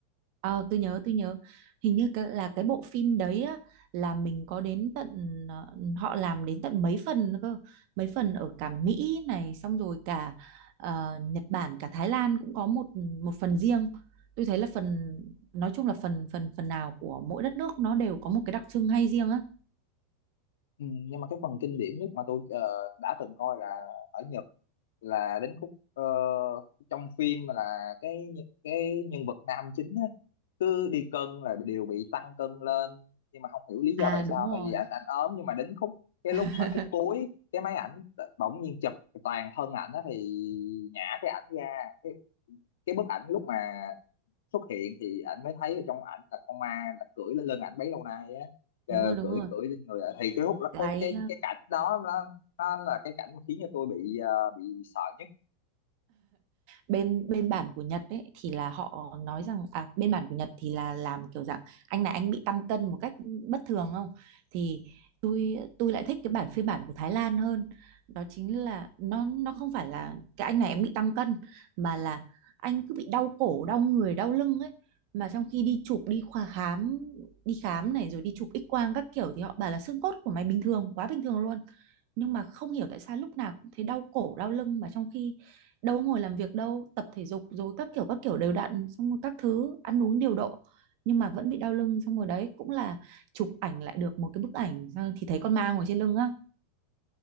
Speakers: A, on the right; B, on the left.
A: Ờ, tôi nhớ tôi nhớ hình như cái, là cái bộ phim đấy á, là mình có đến tận ờ, họ làm đến tận mấy phần nữa cơ mấy phần ở cả Mỹ này xong rồi cả ờ, Nhật Bản cả Thái Lan cũng có một một phần riêng tôi thấy là phần nói chung là phần phần phần nào của mỗi đất nước nó đều có một cái đặc trưng hay riêng á
B: Ừ, nhưng mà cái phần kinh điển nhất mà tôi ờ, đã từng coi là ở Nhật là đến khúc ờ, trong phim là cái nh- cái nhân vật nam chính á, cứ đi cân là đều bị tăng cân lên nhưng mà không hiểu lý do
A: à
B: tại
A: đúng
B: sao
A: rồi
B: tại vì ảnh ảnh ốm nhưng mà đến khúc cái
A: <laughs>
B: lúc mà khúc cuối cái máy ảnh t- bỗng nhiên chụp toàn thân ảnh á thì nhả cái ảnh ra cái, cái bức ảnh lúc mà xuất hiện thì ảnh mới thấy ở trong ảnh là con ma là cưỡi lên lưng ảnh bấy lâu nay á Ờ,
A: đúng rồi đúng
B: cưỡi
A: rồi
B: cưỡi lên người ạ. thì cái hút
A: cái
B: cái cái cái cảnh đó nó, nó là cái cảnh mà khiến cho tôi bị ờ, bị, bị sợ nhất
A: bên bên bản của Nhật ấy thì là họ nói rằng à bên bản của Nhật thì là làm kiểu dạng anh này anh bị tăng cân một cách bất thường không thì tôi tôi lại thích cái bản phiên bản của Thái Lan hơn đó chính là nó nó không phải là cái anh này em bị tăng cân mà là anh cứ bị đau cổ đau người đau lưng ấy mà trong khi đi chụp đi khoa khám đi khám này rồi đi chụp X quang các kiểu thì họ bảo là xương cốt của mày bình thường quá bình thường luôn nhưng mà không hiểu tại sao lúc nào cũng thấy đau cổ đau lưng mà trong khi đâu ngồi làm việc đâu tập thể dục rồi các kiểu các kiểu đều đặn xong rồi các thứ ăn uống điều độ nhưng mà vẫn bị đau lưng xong rồi đấy cũng là chụp ảnh lại được một cái bức ảnh xong thì thấy con ma ngồi trên lưng á